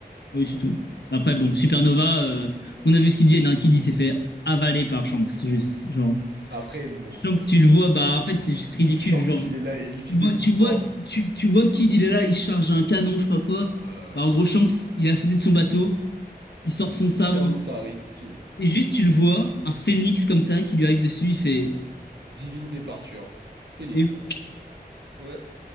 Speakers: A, on the left (about 80°); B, on the right (about 85°).
A: Oui, c'est tout. Après,
B: Comme.
A: bon, Supernova, euh, on a vu ce qu'ils disent. Hein. Kid, il s'est fait avaler par Shanks, c'est juste. Genre,
B: Après, bon.
A: Shanks, tu le vois, bah, en fait, c'est juste ridicule.
B: Shanks,
A: Genre,
B: il est là et il utilise
A: tu
B: des
A: vois,
B: pouvoirs.
A: tu vois,
B: d-
A: tu, tu vois Kid, il est là, il charge un canon, je sais pas quoi.
B: Ouais, ouais.
A: Bah, en gros, Shanks, il a sauté de son bateau, il sort son sabre,
B: Kamusari, fini.
A: Et juste, tu le vois, un phénix comme ça qui lui arrive dessus, il fait
B: Divine départure. Fini.
A: Et
B: Ouais.